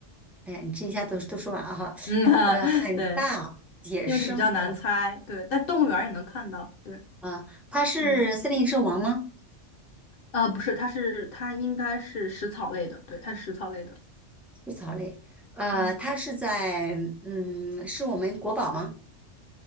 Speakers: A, in the centre; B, on the left.
A: 哎呀，你这一下都都说完了哈。
B: 嗯，<laughs>
A: 呃，很大，
B: 对，
A: 野生的
B: 因为这个比较难猜，对，但动物园儿也能看到，对，
A: 啊，它是森林之王吗？
B: 嗯，呃，不是，它是它应该是食草类的，对，它是食草类的，
A: 食草类，呃，
B: 嗯，
A: 它是在嗯，是我们国宝吗？